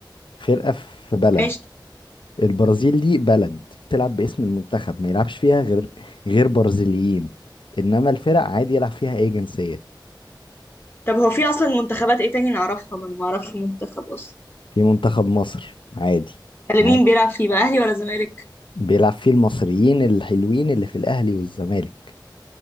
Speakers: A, on the left (about 85°); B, on the left (about 30°).
A: فرقة في بلد
B: ماشي
A: البرازيل دي بلد بتلعب باسم المنتخب ما يلعبش فيها غير غير برازيليين انما الفرق عادي يلعب فيها اي جنسية
B: طب هو في اصلا منتخبات ايه تاني نعرفها ما انا ما اعرفش منتخب اصلا
A: في منتخب مصر عادي
B: ده اللي
A: عادي
B: مين بيلعب فيه بقى اهلي ولا زمالك
A: بيلعب فيه المصريين الحلوين اللي في الاهلي والزمالك